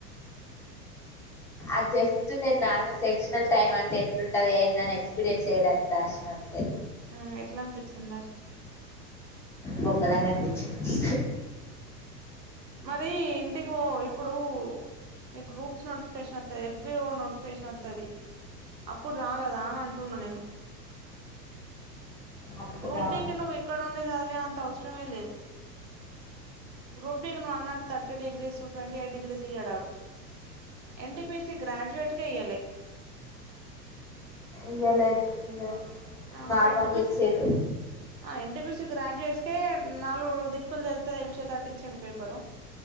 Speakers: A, in the centre; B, on the right.
A: అది జస్ట్ నేను నార్మల్ సెక్షనల్ టైమ్ అంటే ఎట్లుంటది ఏందని ఎక్స్పీరియన్స్ చేయడానికి రాసిన అంతే
B: ఉమ్మ్ ఎట్లా అనిపిచింది మరి
A: బొక్కలాగా అనిపిచింది
B: మరి ఇంటికిపో ఇప్పుడు నీకు గ్రూప్స్ నోటిఫికేషన్ వత్తాది ఎఫ్‌బిఓ నోటిఫికేషన్ వత్తాది అప్పుడు రారా రారా అంటున్నా నేను
A: అప్పుడు
B: గ్రూప్
A: రావాలి
B: డికి నువ్వు ఇక్కడ ఉండి చదివే అంత అవసరమే లేదు గ్రూప్ డికి నువ్వు ఉన్నట్టు thirty degrees twenty eight degrees ఇయ్యాడాడు ఎన్టిపిసి గ్రాడుయేట్‌కే ఇయ్యాలే
A: ఇయలేదు ఇగ
B: ఆ
A: నార్మల్‌గా
B: మరి ఎన్టీపీసీ
A: ఇచ్చిర్రు
B: ఆ ఎన్టీపిసి గ్రాడ్యుయేట్స్‌కే నాలుగు దిక్కులు తెళ్తే తెెలిసేతట్టు ఇచ్చిండు పేపరు